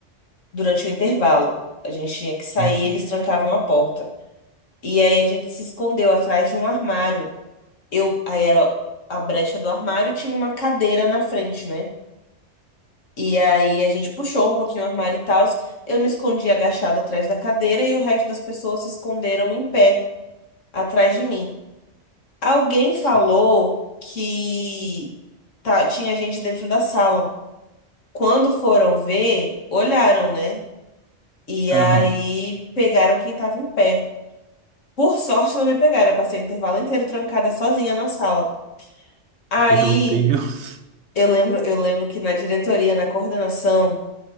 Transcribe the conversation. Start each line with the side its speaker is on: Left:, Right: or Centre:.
Left: durante o intervalo. A gente tinha que sair,
Right: Uhum,
Left: eles trancavam a porta. E aí a gente se escondeu atrás de um armário. Eu, aí era a brecha do armário, e tinha uma cadeira na frente, né? E aí a gente puxou um pouquinho o armário e tal. Eu me escondi agachada atrás da cadeira e o resto das pessoas se esconderam em pé atrás de mim. Alguém
Right: sim.
Left: falou que tá, tinha gente dentro da sala. Quando foram ver, olharam, né? E
Right: Aham.
Left: aí pegaram quem tava em pé. Por sorte, não me pegaram. Eu passei o intervalo inteiro trancada sozinha na sala. Aí,
Right: Meu Deus.
Left: eu lembro, eu lembro que na diretoria, na coordenação,